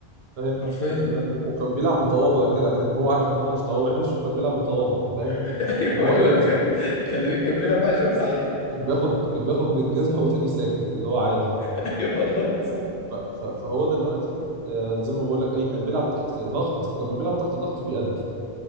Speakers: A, on the right; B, on the left.
A: فاهم
B: حرفيا اه
A: وكان بيلعب بتواضع كده كان هو عارف ان هو مستواه وحش وكان بيلعب بتواضع فاهم
B: <laughs> ايوه
A: اللي هو ايه
B: الواد كان كان كان بيلعب وحش قوي صحيح
A: كان بياخد كان بياخد بالجزمة وتاني ساكت اللي هو عادي
B: ايوه والله صح
A: ف... ف... فهو دلوقتي آه، زي ما بقول لك ايه كان بيلعب تحت ضغط لما بيلعب تحت ضغط بيأدي